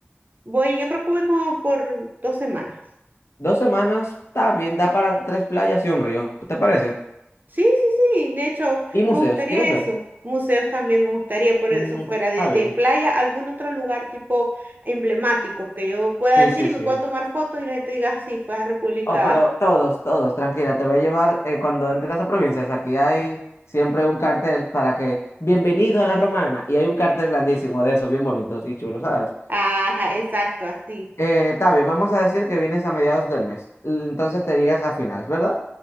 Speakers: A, on the right (about 45°); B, on the left (about 80°).
A: Voy, yo creo que voy como por dos semanas.
B: Dos semanas, está bien, da para tres playas y un río, ¿te parece?
A: Sí, sí, sí, de hecho,
B: Y museos,
A: me gustaría
B: ¿quieres ver?
A: eso. Museos también me gustaría, por
B: Mm,
A: eso fuera de,
B: está bien.
A: de playa, algún otro lugar tipo emblemático que yo pueda
B: Sí,
A: decir
B: sí,
A: y me
B: sí.
A: pueda tomar fotos y la gente diga, "Ah, sí, fue a República.
B: Oh, pero todos, todos, tranquila, te voy a llevar eh, cuando entres a provincias. Aquí hay siempre un cartel para que, bienvenido a la Romana, y hay un cartel grandísimo de esos, bien bonitos y chulos, ¿sabes?
A: Ajá, exacto, así.
B: Eh, está bien, vamos a decir que vienes a mediados del mes, l- entonces te irías a finales, ¿verdad?